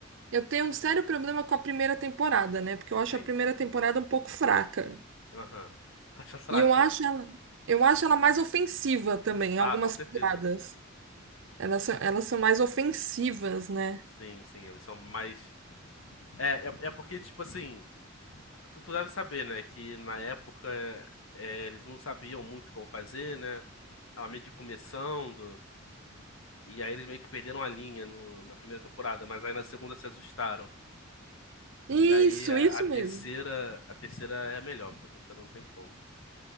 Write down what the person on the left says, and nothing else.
Sim,
aham. Taxa <laughs> fraca.
Ah,
com certeza.
Sim, sim, eles são mais. É, é, é porque, tipo assim, tu, tu deve saber, né, que na época é, eles não sabiam muito como fazer, né? Tava meio que começando. E aí eles meio que perderam a linha no, na primeira temporada, mas aí na segunda se ajustaram.
E aí a,
a terceira,
a terceira é a melhor, pô, a terceira não tem como.